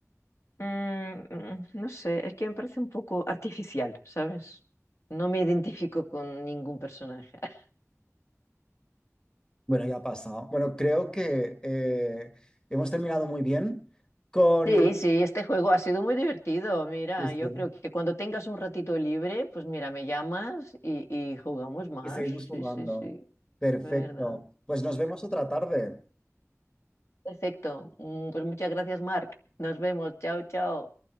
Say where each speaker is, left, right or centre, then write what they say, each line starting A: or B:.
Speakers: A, on the left (about 55°); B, on the left (about 15°).
A: Mm, mm, no sé, es que me parece un poco artificial, ¿sabes? No me identifico con ningún personaje. <laughs>
B: Bueno, ya ha pasado. Bueno, creo que eh, hemos terminado muy bien con...
A: Sí, sí, este juego ha sido muy divertido. Mira,
B: Sí, sí.
A: yo creo que cuando tengas un ratito libre, pues mira, me llamas y, y jugamos más.
B: Y seguimos jugando.
A: Sí, sí, sí, de
B: Perfecto.
A: verdad.
B: Pues nos vemos otra tarde.
A: Perfecto. Mm, Pues muchas gracias, Mark. Nos vemos. Chao, chao.